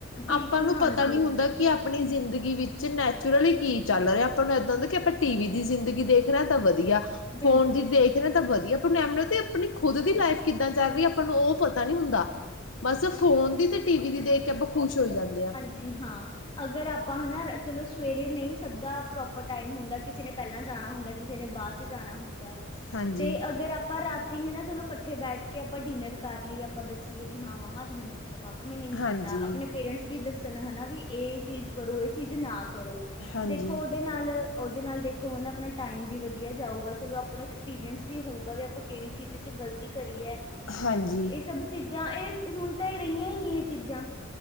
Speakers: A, on the left; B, on the left.
A: ਬਿਲਕੁਲ
B: ਆਪਾਂ ਨੂੰ
A: ਹਾਂਜੀ
B: ਪਤਾ ਨਹੀਂ ਹੁੰਦਾ ਕਿ ਕਿ ਆਪਣੀ ਜ਼ਿੰਦਗੀ ਵਿੱਚ ਨੈਚੁਰਲੀ ਕੀ ਚੱਲ ਰਿਹਾ ਆਪਾਂ ਨੂੰ ਇਦਾਂ ਹੁੰਦਾ ਕਿ ਆਪਾਂ ਟੀ ਵੀ ਦੀ ਜ਼ਿੰਦਗੀ ਦੇਖ ਦੇਖਣਾ ਤਾਂ ਵਧੀਆ ਫੋਨ
A: ਬਿਲਕੁਲ
B: ਦੀ ਦੇਖਣਾ ਤਾਂ ਵਧੀਆ ਪਰ ਤੇ ਅਪਣੀ ਖੁਦ ਦੀ ਲਾਈਫ ਕਿੱਦਾਂ ਚੱਲ ਰਹੀ, ਆਪਾਂ ਨੂੰ ਓਹ ਪਤਾ ਨੀ ਹੁੰਦਾ। ਬਸ ਫੋਨ ਦੀ ਤੇ ਟੀ ਵੀ ਦੀ ਦੇਖ ਕੇ ਆਪਾਂ ਖੁਸ਼ ਹੋ ਜਾਂਦੇ ਹਾਂ।
A: ਜੀ ਹਾਂ। ਅਗਰ ਆਪਾਂ ਹਨਾ ਚਲੋ ਸਵੇਰੇ ਨਹੀਂ ਸਭ ਦਾ ਪ੍ਰੋਪਰ ਟਾਈਮ ਹੁੰਦਾ ਕਿਸੇ ਨੇ ਪਹਿਲਾਂ ਜਾਣਾ ਹੁੰਦਾ ਕਿਸੇ ਨੇ ਬਾਅਦ ਚ ਚ ਜਾਣਾ ਹੁੰਦਾ ਹੈ
B: ਹਾਂਜੀ
A: ਤੇ ਅਗਰ ਆਪਾਂ ਰਾਤ ਟੀ ਹੈ ਨਾ, ਚਲੋ ਕੱਠੇ ਬੈਠ ਕੇ ਆਪਾਂ ਡਿਨਰ ਕਰ ਲੀਏ, ਆਪਾਂ ਦੱਸੀਏ ਵੀ ਹਾਂ ਮੰਮਾ ਅੱਜ ਮੈ ਨੀ ਤਾਂ ਪਾਪਾ ਮੈਂ ਨਹੀਂ
B: ਹਾਂਜੀ
A: ਕੀਤਾ। ਆਪਣੇ ਪੇਰੈਂਟਸ ਵੀ ਦੱਸਣ ਹੈਨਾ ਵੀ ਇਹ ਚੀਜ਼ ਕਰੋ, ਇਹ ਚੀਜ਼ ਨਾ ਕਰੋ।
B: ਹਾਂਜੀ
A: ਦੇਖੋ ਉਹਦੇ ਨਾਲ, ਉਹਦੇ ਨਾਲ ਦੇਖੋ ਹੈਨਾ ਆਪਣਾ ਟਾਈਮ ਵੀ ਵਧੀਆ ਜਾਊਗਾ, ਚਲੋ ਆਪਣਾ ਐਕਸਪੀਰੀਅੰਸ ਵੀ ਹੋਊਗਾ, ਵੀ ਆਪਾਂ ਕਿਹੜੀ ਚੀਜ਼ ਚ ਗ਼ਲਤੀ ਕਰੀ ਹੈ। ਇਹ
B: ਹਾਂਜੀ
A: ਸਭ ਚੀਜ਼ਾਂ, ਇਹ ਹੁਣ ਤੇ ਏ ਰਹੀਆਂ ਹੀ ਨਹੀਂ ਇਹ ਚੀਜ਼ਾਂ।